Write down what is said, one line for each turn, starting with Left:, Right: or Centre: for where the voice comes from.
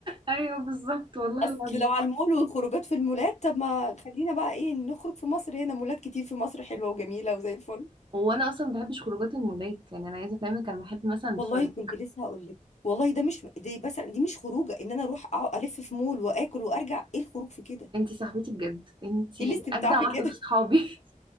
Right: ايوه بالظبط
Left: <laughs>
Right: والله
Left: اصل
Right: العظيم
Left: لو على المول والخروجات في المولات طب ما خلينا بقى ايه نخرج في مصر هنا مولات كتير في مصر حلوة وجميلة وزي الفل
Right: وانا اصلا ما بحبش خروجات المولات يعني انا عايزه افهمك انا بحب مثلا الفرد
Left: والله كنت لسه هقول لك والله ده مش دي مثلا دي مش خروجه ان انا اروح أقعد الف في مول واكل وارجع ايه الخروج في كده
Right: انتي صاحبتي بجد انتي
Left: ايه الاستمتاع
Right: اجدع
Left: في
Right: واحده
Left: كده
Right: في صحابي <laughs>